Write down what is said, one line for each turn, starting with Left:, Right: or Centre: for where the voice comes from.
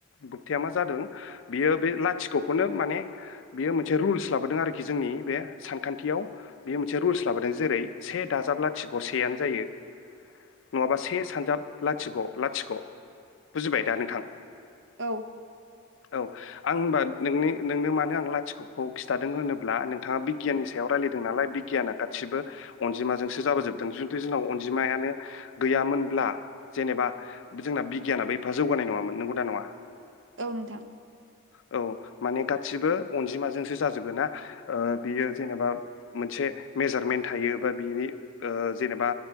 Left: गुप्ताया मा जादों बियो बे लाथिख'खौनो माने बियो मोनसे रुल्स लाबोदों आरोखि जोंनि बे सानखान्थियाव बियो मोनसे रुल्स लाबोदों जेरै से दाजाब लाथिख' सेयानो जायो। नङाबा से सानजाब लाथिख' लाथिख ख' बुजिबाय दा नोंथां
Right: औ
Left: औ। आं होनबा नोंनो नोंनो मानो आं लाथिख'खौ खिथादों होनोब्ला नोंथाङा बिगियाननि सायाव रायलायदों नालाय बि गियाना गादसिबो अनजिमाजोंसो जाबोजोबदों जुदि जोंनाव अनजिमायानो गैयामोनब्ला जेनेबा जोंना बिगियानाबो एफा जौगानाय नङामोन नंगौना नङा?
Right: औ नोंथां।
Left: औ माने गासिबो अनजिमाजोंसो जाजोबो ना बियो ओ जेनेबा मोनसे मेजारमेन्ट थायो बा बिनि ओ जेनेबा